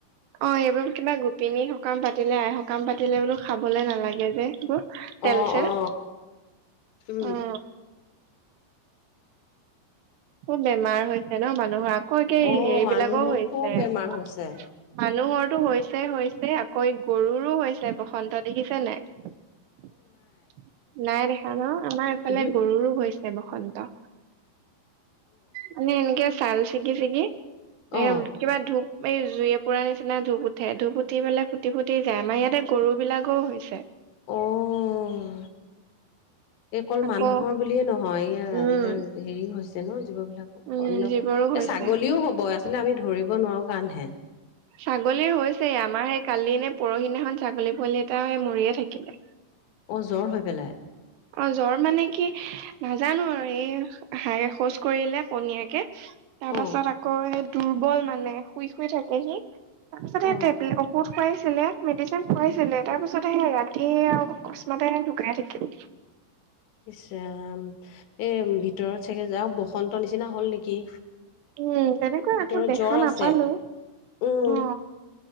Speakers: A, on the right (about 80°); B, on the left (about 85°).
A: অ সেইবোৰ কিবা গোপিনী সকাম পাতিলে আই সকাম পাতিলে বোলো খাবলে নালাগে যে তেল
B: অ
A: চেল
B: অ উম
A: অ খুব বেমাৰ হৈছে ন মানুহৰ আকৌ কি
B: অ
A: সেইবিলাকো
B: মানুহৰ
A: হৈছে
B: খুব বেমাৰ
A: মান
B: হৈছে
A: মানুহৰতো হৈছে হৈছে আকৌ গৰুৰো হৈছে বসন্ত দেখিছে নে নাই নাই দেখা না আমাৰ এইফালে
B: উহু
A: গৰুৰো হৈছে বসন্ত মানে এনেকে চাল ছিগি ছিগি এ
B: অ
A: কিবা ধূপ এই জুই এ পুৰা নিচিনা ধূপ উঠে ধূপ উঠি পেলাই ফুটি ফুটি যায় আমাৰ ইয়াতে গৰু বিলাকৰো হৈছে।
B: অহ এই অকল
A: আকৌ
B: মানুহৰ বুলিয়ে নহয় এয়া
A: উম
B: বিলাক হেৰি হৈছে ন। জীৱ বিলাক
A: উম
B: অন্য
A: জীৱৰো হৈছে
B: এ ছাগলীও হব আচলতে আমি ধৰিব নোৱাৰো কাৰনেহে।
A: ছাগলীৰ হৈছে আমাৰ সেই কালি নে পৰহিদিনাখন ছাগলী পোৱালি তা সেই মৰিয়ে থাকিলে
B: অ জ্বৰ হৈ পেলাই
A: অ জ্বৰ মানে কি নাজানো আৰু এই হা শৌচ কৰিলে পনীয়াকে তাৰ পাছত
B: অ
A: আকৌ দুৰ্বল মানে শুই শুই থাকেহি তাৰপিছতে
B: অ
A: টেপলে ঔষধ খোৱাই ছিল মেডিচিন খোৱাইছিলে তাৰ পাছতে সে ৰাতি আৰু অকস্মাতে ঢুকাই থাকিল
B: ইচ ৰাম এ ভিতৰত চাগে যা বসন্ত নিচিনা হল নেকি
A: উম তেনেকৈ
B: ভিতৰত
A: আকৌ দেখা
B: জ্বৰ
A: নাপালো
B: আছে উম
A: অ